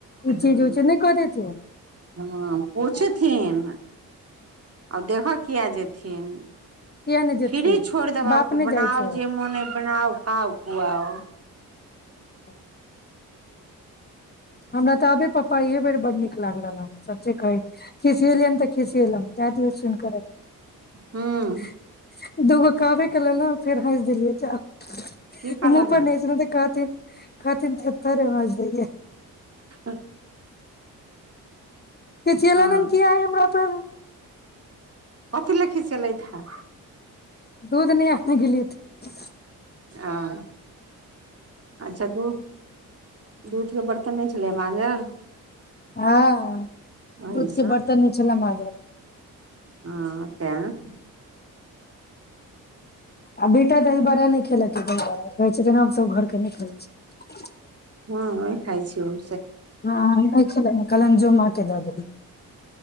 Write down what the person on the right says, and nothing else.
हँ
हँ पूछथिन आ देखऽ किएक जेथिन
फिरी छोड़ देबऽ
बनाउ
जे मोने बनाउ खाउ खुआओ
हूं
की कहलौं
ह
हँ
कथी लै खिसयेलइथ है
हँ अच्छा दू दूधके बर्तन नहि छलै माँगल
ओहि
सँ
हँ तें
हँ अ खाय छी ओ